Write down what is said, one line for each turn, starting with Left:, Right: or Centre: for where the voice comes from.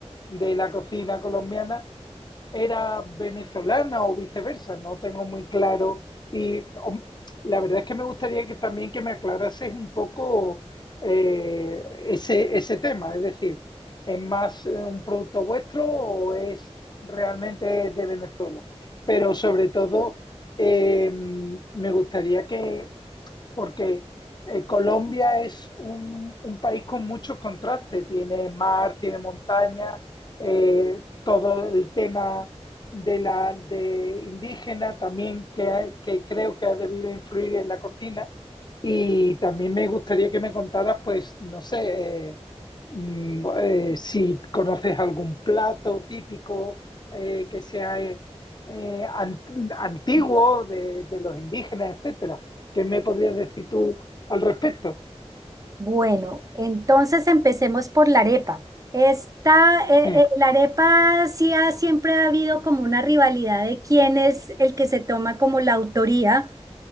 Left: de la cocina colombiana, era venezolana o viceversa, no tengo muy claro. Y hom, la verdad es que me gustaría que también que me aclarases un poco eh, ese, ese tema, es decir, ¿es más eh, un producto vuestro o es realmente de Venezuela? Pero sobre todo, eh, me gustaría que porque eh, Colombia es un, un país con muchos contrastes, tiene mar, tiene montaña, eh, todo el tema de la de indígena también que, ha- que creo que ha debido influir en la cocina. Y también me gustaría que me contaras, pues, no sé, eh, Mm, bo- eh, si conoces algún plato típico eh, que sea eh, eh, ant- antiguo de, de los indígenas, etcétera. ¿Qué me podrías decir tú al respecto?
Right: Bueno, entonces empecemos por la arepa. Esta, eh,
Left: Sí,
Right: eh, la arepa sí ha- siempre ha habido como una rivalidad de quién es el que se toma como la autoría.